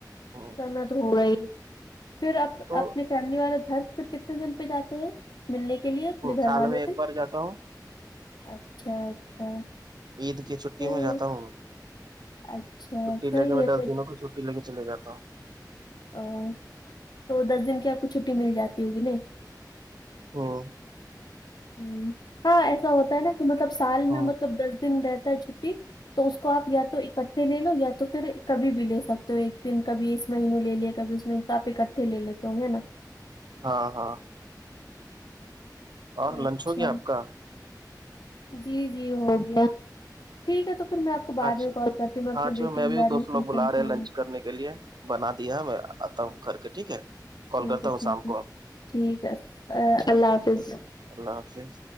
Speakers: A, on the right (about 70°); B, on the left (about 70°).
A: ہوں،
B: کرنا تو ہو رہا ہی پھر اپ
A: تو
B: اپنی فیملی والا گھر پھر کتنے دن پہ جاتے ہیں ملنے کے لیے اپنے گھر
A: سال
B: والوں
A: میں ایک
B: سے
A: بار جاتا ہوں
B: اچھا اچھا
A: عید کی چھٹی
B: صیح
A: میں جاتا
B: ہے
A: ہوں
B: اچھا
A: چھٹی
B: صحیح
A: لے کے میں
B: ہے
A: دس
B: پھر
A: دنوں کی چھٹی لے کے چے جاتا ہوں
B: او تو دس دن کیا آپ کو چھٹی مل جاتی ہوگی ن
A: ہاں
B: ہ ہاں ایسا ہوتا ہے نا کہ مطلب سال
A: ہاں
B: میں مطلب دس دن رہتا ہے چھٹی تو اس کو آپ یا تو اکٹھا پھر لے لو یا تو پھر کبھی بھی لے سکتے ہو ایک دن کبھی اس مہینے لے لیا کبھی اس میں آپ اکٹھے لے لیتے ہوں گے نا
A: ہاں ہاں اور
B: اچھا
A: لنچ ہو گیا آپ کا
B: جی جی ہو گیا ٹھیک ہے تو سر میں آپ کو بعد
A: اچھا
B: میں کال کرتی ہوں میں اپنے
A: ہاں چلو
B: بیٹی
A: میں بھی
B: ج آ رہی
A: دوست
B: ہوں ٹیچن
A: لوگ بلا رہے
B: چڑ
A: لنچ کرنے کے لیے بنا دیا ہے میں اتا کر کے ٹھیک ہے کال
B: ٹھیک
A: کرتا
B: ہے
A: ہوں
B: ٹھیک
A: شام کو
B: ہے
A: آپ کو۔
B: ٹھیک ہے
A: اچھا
B: اللہ حافظ
A: اللہ حافظ